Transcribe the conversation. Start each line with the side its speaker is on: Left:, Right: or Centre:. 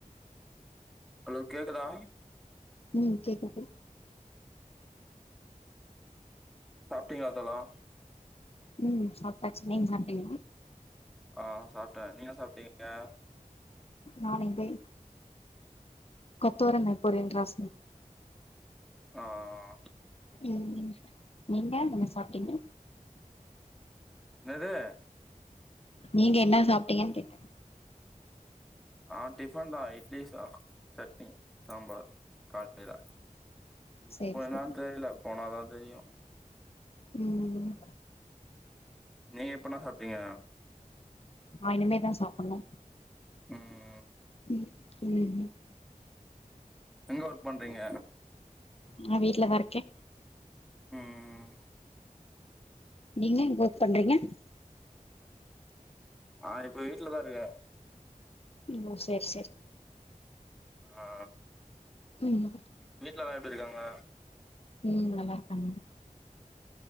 Centre: ஹலோ கேக்குதா
Left: ம் கேக்குது
Centre: சாப்டீங்ளா தோழா
Left: உம் சாப்டாச் நீங்க சாப்டீங்களா
Centre: ஆ சாப்டே நீங்க சாப்டீங் ஆ
Left: நாலைக்கே கொத்தவரங்கா பொறியல் ராஸோ
Centre: ஆ ஆ ஆ
Left: உம் நீங்க என்ன சாப்டீங்க
Centre: என்னதூ
Left: நீங்க என்ன சாப்டீங்கன் கேட்டே
Centre: ஆ டிபன் தா இட்லி ஸா சட்னி சம்பார் காலேயில இப்ப
Left: சேரி
Centre: என்னான்
Left: சேரி
Centre: தெரில போனாதா தெரியு
Left: உம் உம்
Centre: நீங்க இப்ப என்னா சாப்டீங்க
Left: நா இனிமேதா சாப்டணு
Centre: ம்
Left: உம் உம்உம்
Centre: எங்க ஒர்க் பண்றீங்க
Left: நா வீட்லதா இருக்கே
Centre: உம்
Left: நீங்க பண்றீங்க
Centre: ஆ இப்ப வீட்லதா இருக்கே
Left: ம் சேர் சேரி
Centre: ஆ
Left: ம்
Centre: வீட்லலா எப்டி இருக்காங்க
Left: ம் நல்லாருக்கம்மா